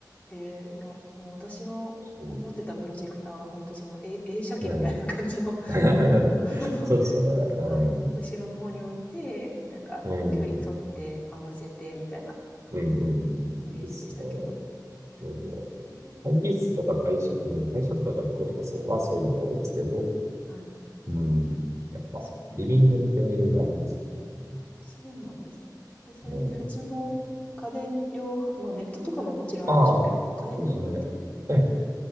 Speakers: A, on the left; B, on the right.
A: ええ、いや、もう私の持ってたプロジェクターは本当その、
B: そ
A: え映写機みたいな感じの、
B: う。うん。<laughs>
A: <laughs> あの、
B: そうですよね。うん。
A: はい、後ろの方に置いて、なんか距離取って合わせてみたいな
B: うん。うん、うん、う
A: イメージでしたけど。
B: ん。ですね。
A: はい。
B: そう。
A: ええ、
B: 会議室とか会社、うん、会社とか学校とかそうはそういうのが多いですけど、
A: はい。
B: うん。やっぱ、
A: そう、
B: リビング向けはいろいろありますね。う
A: そうなんですね。でそれって普通の家電量まあ、
B: ん。うん
A: ネットとかももちろんあるでしょうけど、
B: ああ、
A: 家電量販店でも
B: そうですね。え、